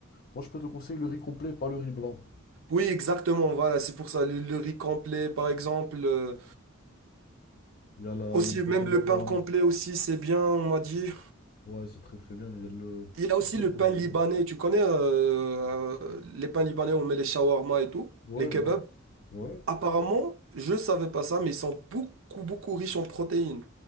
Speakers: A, on the left; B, on the right.
A: Moi je peux te conseiller le riz complet, pas le riz blanc.
B: Oui, exactement, voilà, c'est pour ça. Le, le riz complet, par exemple. euh,
A: Il y a la,
B: aussi,
A: il y a le flocon
B: même le
A: d'avoine.
B: pain complet aussi, c'est bien, on m'a dit.
A: Ouais, c'est très très bien. Il y a le.
B: Il y a aussi
A: le pot
B: le
A: qu'on
B: pain
A: a remis.
B: libanais. Tu connais euh, les pains libanais, on met les shawarma et tout,
A: Ouais,
B: les kebabs.
A: bah, ouais.
B: Apparemment, je savais pas ça, mais ils sont beaucoup, beaucoup riches en protéines.